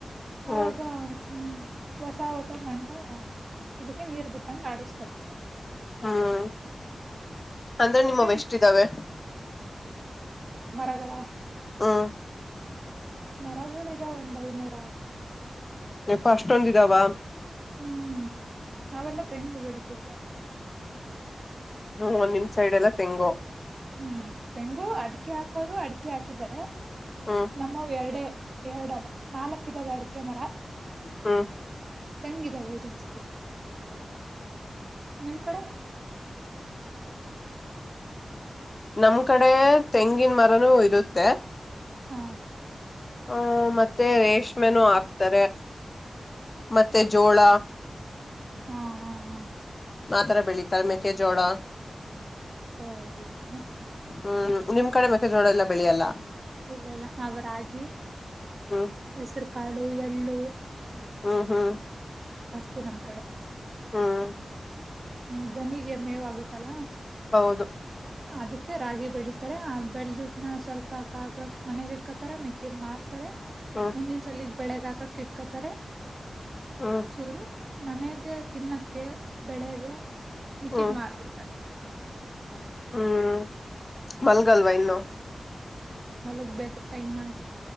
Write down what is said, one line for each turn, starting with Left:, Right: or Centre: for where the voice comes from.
Left: ಹ್ಮ್
Right: ಅವಾಗ ಹ್ಮ ಹೊಸ ಹೊಸ ಮಣ್ಣು ಅದಕ್ಕೆ ನೀರ್ ಬು ಹೆಂಗ್ ಆಡಸ್ತದೇ
Left: ಹ್ಮ್ <unintelligible> ಅಂದ್ರೆ
Right: ಮತ್ತೆ
Left: ನಿಮವ ಎಷ್ಟ್ ಇದವೆ.
Right: ಮರಗಳ
Left: ಹ್ಮ್
Right: ಮರಗಳ ಇದಾವ್ ಒಂದ್ ಐದನೂರ ಆರ್
Left: ಯಪ್ಪಾ ಅಷ್ಟೊಂದ್ ಇದವ.
Right: ಹ್ಮ್ ನಾವೆಲ್ಲ ತೆಂಗು ಬೆಳಿತೀವಿ ಜಾಸ್ತಿ.
Left: ಹ್ಮ ನಿಮ್ ಸೈಡ್ ಎಲ್ಲ
Right: <unintelligible>
Left: ತೆಂಗು
Right: ಹ್ಮ್ ತೆಂಗು ಅಡ್ಕೆ ಹಾಕೋರು ಅಡ್ಕೆ ಹಾಕಿದರೆ
Left: ಹ್ಮ್
Right: ನಮ್ಮವ ಎರಡೆ ಎರಡ ಅಲ್ಲ ನಾಲಕ್ ಇದಾವೆ ಅಡಕೆ ಮರ
Left: ಹ್ಮ್
Right: ತೆಂಗಿದಾವೆ ಜಾಸ್ತಿ <unintelligible> ನಿಮ್ ಕಡೆ. <unintelligible>
Left: ನಮ್ ಕಡೆ ತೆಂಗಿನ ಮರನೂ ಇರುತ್ತೆ
Right: ಹಾ.
Left: ಹ ಮತ್ತೆ ರೇಷ್ಮೆನು ಹಾಕ್ತರೆ. ಮತ್ತೆ ಜೋಳ
Right: ಹ ಹ್ಮ್ ಹ್ಮ್
Left: ಆತರ ಬೆಳಿತರ ಮೇಕೆಜೋಳ
Right: ಓ ಹೌದಾ
Left: ಹ್ಮ್ ನಿಮ್ ಕಡೆ ಮೆಕ್ಕೆಜೋಳ ಎಲ್ಲ ಬೆಳೆಯಲ್ಲ.
Right: ಇಲ್ಲ ಇಲ್ಲ ನಾವರಾಗಿ
Left: ಹ್ಮ್
Right: ಹೆಸರು ಕಾಳು ಎಳ್ಳು
Left: ಹ್ಮ್ ಹ್ಮ್
Right: ತಿ ನಮ್ ಕಡೆ
Left: ಹ್ಮ್
Right: ಹ್ಮ ದನಿಗೆ ಮೇವಗುತ್ತಲ
Left: ಹೌದು
Right: ಅದಕ್ಕೆ ರಾಗಿ ಬೆಳಿತಾರೆ ಆ ಬೆಲ್ಡಿಡ್ನ ಸ್ವಲ್ಪ ಕ ಆಗಷ್ಟ ಮನೆಗಿಟ್ಕೊತಾರೆ ಮಿ ಕಿಡ್ ಮಾರ್ತಾರೆ
Left: ಹ್ಮ್
Right: ಮುಂದಿನ ಸಲಗ್ ಬೆಳೆಗ ಹಾಕಕ್ ಇಟ್ಕತಾರೆ
Left: ಹ್ಮ್
Right: ಚೂರು ಮನೆಗೆ ತಿನ್ನಕ್ಕೆ ಬೆಳಗೆ ಮಿಕ್ಕಿದ
Left: ಹ್ಮ್
Right: ಮಾರ್ಬಿಡ್ತಾರೆ.
Left: ಹ್ಮ್ ಮಲ್ಗಲ್ವಾ ಇನ್ನೂ.
Right: ಮಲಗ್ ಬೇಕು ಟೈಮ್ ಆಯ್ತು